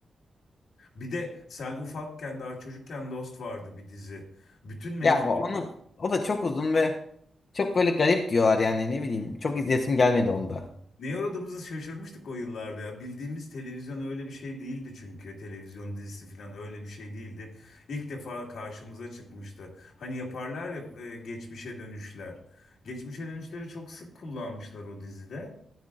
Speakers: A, on the left; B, on the left.
A: Bir de sen ufakken daha çocukken Lost vardı bir dizi. Bütün mevzu
B: Ya o- onu o da çok uzun ve çok böyle garip diyorlar yani ne bileyim. Çok izlesim gelmedi onda.
A: Neye uğradığımızı şaşırmıştık o yıllarda ya. Bildiğimiz televizyon öyle bir şey değildi çünkü. Televizyon dizisi falan öyle bir şey değildi. İlk defa karşımıza çıkmıştı. Hani yaparlar ya e, geçmişe dönüşler. Geçmişe dönüşleri çok sık kullanmışlar o dizide.